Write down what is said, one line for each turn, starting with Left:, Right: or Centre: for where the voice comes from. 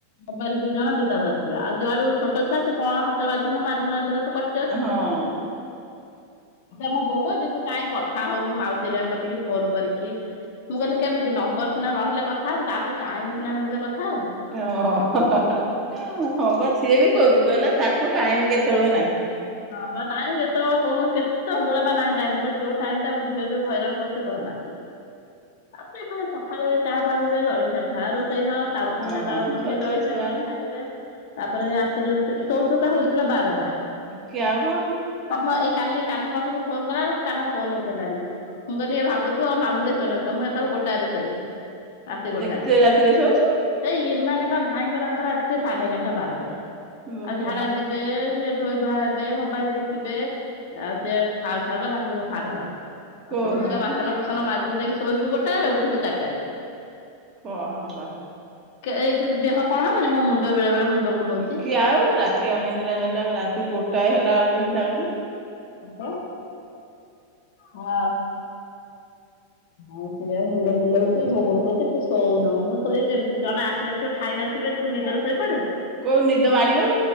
Left: ମୋବାଇଲ ଦି ଜଣ ଦିଟା ଧରିଥିବେ। ଆଉ ଯୁଆଡୁ ଛୋଟ ଛୁଆ ସେ କ ହାତ ବାଜିଲେ ମାରି ମାର ଦେଲେ କଟ
Right: ହଁ
Left: ଆଛା ମୋ ବୋଉ କହୁଚି ତୁ କାହିଁକି କଥା ହଉନୁ ମାଉସୀରିଆଙ୍କ ଟିକେ ଫୋନ କରିକି? ମୁଁ କହିଲି କେମିତି? ନମ୍ବର ସିନା ରହିଲେ କଥା ହବୁ, ତାପରେ ଟାଇମ ସିନା ମିଳିଲେ କଥା ହବୁ।
Right: ଓହୋ, ହୋ ହୋ ହୋ ହଁ ବା ସିଏ ବି କହୁଛି। କହିଲେ ତାକୁ ଟାଇମ କେତେବେଳେ ନାହିଁ?
Left: ହଁ ବା, ଟାଇମ କେତେବେଳେ କହୁନୁ? କେ ତ ବଳେବା ନାହିଁ ଟାଇମ ଟା ଯୋଉ ଟାଇମ ଟା ମୁଁ ଝିଅ ଯୋଉ ହଇରାଣ କରଛି କହନା? ତାପ ସକାଳୁ ତାହା ଭାବିବେ ଜଳଖିଆ ଖା ରୋଷେଇ ହବ। ତାପରେ
Right: ହଁ
Left: ପୁଣି ଚାରିଟା
Right: ହଁ
Left: ବେଳେ କଣ
Right: ଛୋଟ
Left: ଟିକେ ଜଳଖିଆ
Right: ଛୁଆ
Left: କର
Right: ନା
Left: ଖାଇବେ? ତାପରେ ରାତିରେ ରୁଟି। ଶୋଉ ଶୋଉକା ହଉଥିଲା ବାରଟା।
Right: କି ଆଉ କଣ?
Left: ତମ ଏଇ କାଲି କାହ୍ନା ପାଖକୁ ଫୋନ କଲା ବେଳକୁ କାହ୍ନା ଫୋନ ଉଠେଇଲାନି। ମୁଁ କହିଲି, ଭାବୁଥିଵ ମାମୁନ୍ଦ ସ ଶୋଇ ନଥିବ, ମୁଁ ସେତେବେଳେ ଗୋଟାଏରେ ଶୋଇଲିି। ରାତି ଗୋଟାଏ,
Right: ଏତେ ରାତିରେ ଶୋଉଛୁ
Left: ଏଇ ଏମାନେ ବା ଭାଇଙ୍କରଆଙ୍କର ଆସିବେ ସାଢେ ଏଗାରଟା ବାରଟାରେ।
Right: ବୋପା
Left: ଆଉ ଝାଡା ଯିବେ, ସେ ଧୋଇ ଧୁଆ ହେବେ। ମୋବାଇଲ ଦେଖିବେ ଆଉ ସିଏ ଖାଉ ଖାଉ ତାଙ୍କୁ ସାଢେ ବାର। ଆଉ
Right: କହୁନୁ
Left: ସବ ସୁା ବାସନ ଫୁସନ ମାଜି ମଜାି ଶୋଇବୁ ଗୋଟା ରେ ଉଠିବୁ ଚାରିଟାରେ।
Right: କୁହ ନକ <unintelligible>
Left: ଏଇଥିରେ ଦେହ କଣ ହବନି ମୋ ମୁଣ୍ଡ ବେଳେ ବଳେ ମୁଣ୍ଡ? ବୁଲଉଛି।
Right: ଶିକି ଆଉ ରାତି ଅନେେଇଟା ହେଲେ ଆ ରାତି ଗୋଟାଏ ହେଲା ବେଳକୁ ଚିନ୍ତା କଲୁ।
Left: ମ ହଁ <unintelligible> ହଉ ସେଆଉ ମୁଣ୍ଡ ବୁଲଉଛି ଭବ ହଉଛି ତୁ ଶୋଉନୁ ମୁଁ ଶୋଇବୁ କେମିତି ଜଣେ ଆସି ନଥିବେ ଖାଇ ନଥିବେ ତୁ ନିଦରୁ ଶୋଇପଡିବୁ।
Right: କୋଉ ନିଦ ମାରିବ।